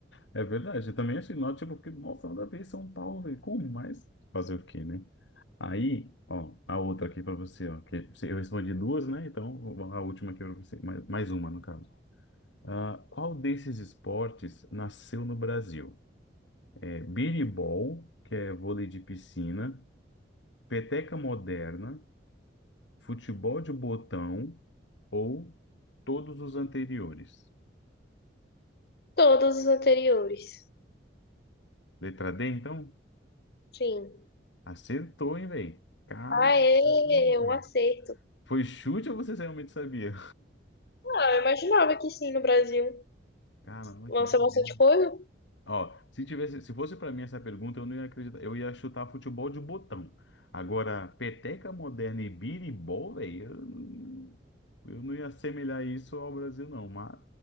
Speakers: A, on the left; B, on the left.
A: É verdade, eu também achei nó, tipo, porque, nossa, nada a ver São Paulo, velho, como mais? Fazer o quê, né? Aí, ó, a outra aqui pra você, ó, que você- eu respondi duas, né? Então, a última aqui pra você, mais, mais uma, no caso. Ah, qual desses esportes nasceu no Brasil? É biribol, que é vôlei de piscina, peteca moderna, futebol de botão ou todos os anteriores?
B: Todos os anteriores.
A: Letra D, então?
B: Sim.
A: Acertou, hein, velho? Caramba!
B: Aê, um acerto.
A: Foi chute ou você realmente sabia?
B: Ah, eu imaginava que sim, no Brasil.
A: Caramba,
B: Lança
A: que doideira.
B: bastante coisa.
A: Ó, se tivesse, se fosse pra mim essa pergunta, eu não ia acreditar. Eu ia chutar futebol de botão. Agora, peteca moderna e biribol, velho, eu, não- eu não ia assemelhar isso ao Brasil, não. Mas